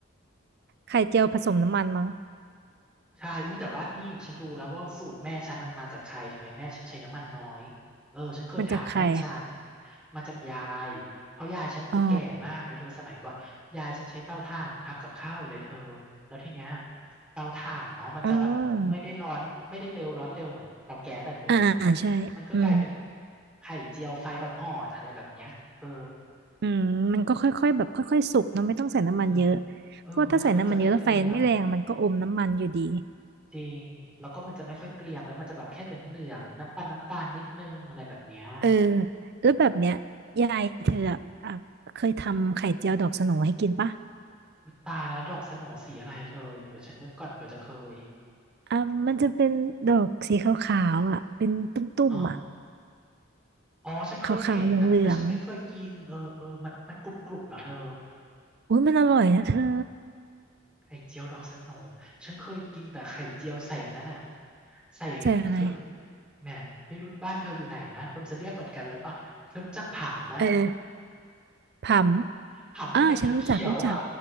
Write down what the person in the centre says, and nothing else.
ใช่อุ้ยแต่ว่านี่ฉันรู้แล้วว่าสูตรแม่ฉันมันมาจากใครทำไมแม่ฉันใช้น้ำมันน้อยเออฉันเคยถามแม่ฉัน
มาจากยายเพราะยายฉันน่าจะแก่มากเลยเธอสมัยก่อนยายฉันใช้เตาถ่านทำกับข้าวอยู่เลยเธอ
แล้วทีเนี้ยเตาถ่านเนาะมันจะแบบไม่ได้ร้อนไม่ได้เร็วร้อนเร็วเหมือนเตาแก๊สอะเธอ
มันก็กลายเป็นไข่เจียวไฟอ่อนๆอะไรแบบเนี้ยเออ
เออเออมันก็เลยจะไม่เกรียม
จริงแล้วก็มันจะไม่ค่อยเกรียมแล้วมันจะแบบแค่เหลืองๆน้ำตาลน้ำตาลนิดนึงอะไรแบบเนี้ย
อุ๊ยตายแล้วดอกสโหน่สีอะไรอะเธอเดี๋ยวฉันนึกก่อนเผื่อจะเคย
อ๋ออ๋อฉันเคยเห็นแต่แต่ฉันไม่เคยกินเออเออมันมันกรุบกรุบเหรอเธอ
ไข่เจียวดอกสโหน่ฉันเคยกินแต่ไข่เจียวใส่อันนั้นอ่ะใส่เธอดู
แหมไม่รู้บ้านเธออยู่ไหนนะผมจะเรียกเหมือนกันหรือเปล่าเธอรู้จักผำไหม
ผัมที่มันเขียวๆอ่ะ